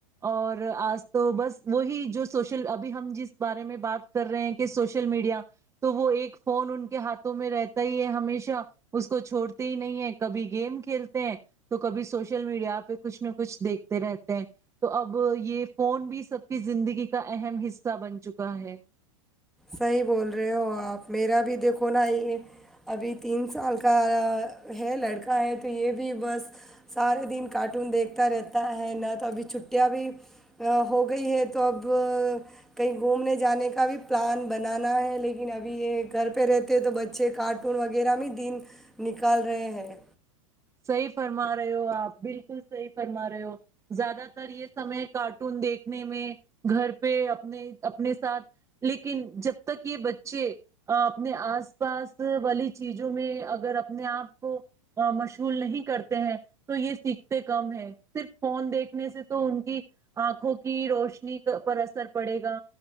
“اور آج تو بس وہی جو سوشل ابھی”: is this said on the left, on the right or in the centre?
Right